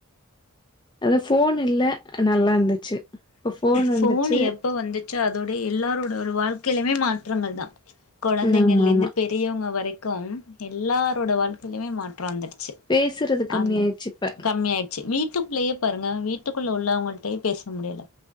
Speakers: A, on the left; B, on the left.
A: அதா ஃபோன் இல்ல நல்லா இருந்துச்சு இப்ப
B: ஃபோன்
A: வந்துச்சு
B: எப்போ வந்து ச்சோ அதோட எல்லாரோட ஒரு வாழ்க்கையிலுமே மாற்றங்கள் தா கொழந்தைங்கள்ல
A: ஆமாமா.
B: இருந்து பெ பெரியவங்க வரைக்கு எல்லாரோட வாழ்க்கையிலேயுமே மாற்றவந்துரு ச்சு
A: பேசுறது கம்மியாயிருச்சு
B: அந்த
A: இப்ப.
B: கம்மி ஆயிடுச்சு வீட்டு குள்ளயேப் பாருங்க வீட்டுக்குள்ள உள்ளவங்கள்டே பேச முடியல